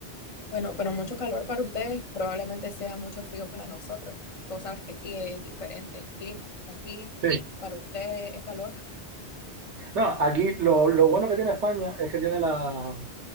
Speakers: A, on the left; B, on the right.
A: Bueno, pero mucho calor para ustedes, probablemente sea mucho frío para nosotros. Vos sabes que aquí es diferente el clima. O sea, aquí
B: Sí.
A: para ustedes es calor.
B: No, aquí lo, lo bueno que tiene España es que tiene la-